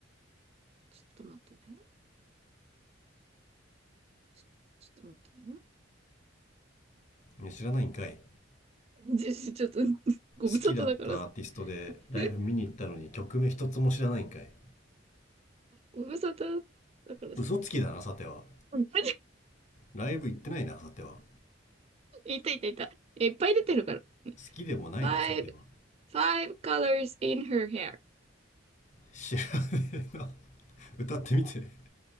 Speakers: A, on the right; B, on the left.
A: ちょっと待ってね。ちょ、ちょっと待ってね。
B: いや知らないんかい
A: じゃちょっと、ご無沙汰だからさ。
B: 好きだったアーティストでライブ見に行ったのに曲名一つも知らないんかい
A: <laughs> ご無沙汰だからさ。
B: 嘘つきだなさては
A: うん <laughs>
B: ライブ行ってないなさては好
A: いたいたいた。いっぱい出てるから。
B: きでもないなさては
A: Five, five colors in her hair.
B: 知らねえな <laughs> 歌ってみて <laughs>